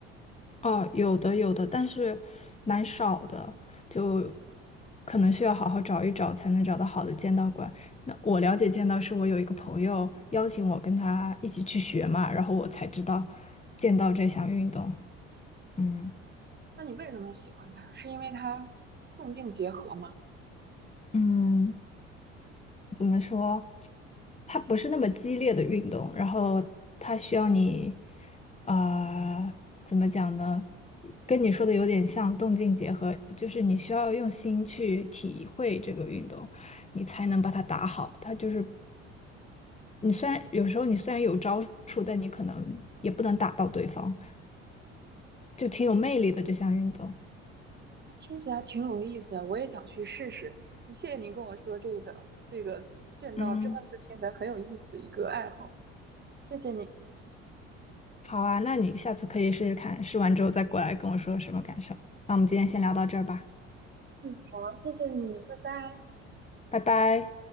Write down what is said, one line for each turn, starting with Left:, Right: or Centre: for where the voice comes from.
Left: 哦，有的有的，但是蛮少的，就可能需要好好找一找才能找到好的剑道馆。那我了解剑道是我有一个朋友邀请我跟他一起去学嘛，然后我才知道剑道这项运动。嗯
Right: 那你为什么喜欢它？是因为它动静结合吗？
Left: 嗯，怎么说？它不是那么激烈的运动，然后它需要你，啊、怎么讲呢？跟你说的有点像动静结合，就是你需要用心去体会这个运动，你才能把它打好。它就是你虽然有时候你虽然有招数，但你可能也不能打到对方，就挺有魅力的这项运动。
Right: 听起来挺有意思的，我也想去试试。谢谢您跟我说这个，这个剑道真的是听起来很有意思的一个爱好，
Left: 嗯，
Right: 谢谢你。
Left: 好啊，那你下次可以试试看，试完之后再过来跟我说什么感受。那我们今天先聊到这儿吧，
Right: 嗯，好，谢谢你，拜拜。
Left: 拜拜。